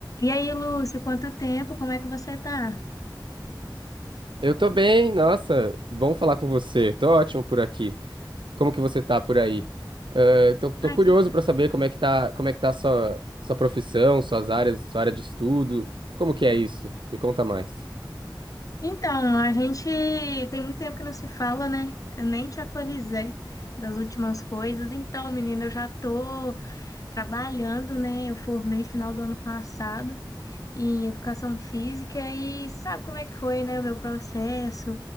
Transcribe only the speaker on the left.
E aí, Lúcio, quanto tempo? Como é que você tá?
Ah,
que-
Então, a gente tem muito tempo que não se fala, né? Eu nem te atualizei das últimas coisas. Então, menina, eu já tô trabalhando, né? Eu formei final do ano passado. em educação física e sabe como é que foi, né, o meu processo,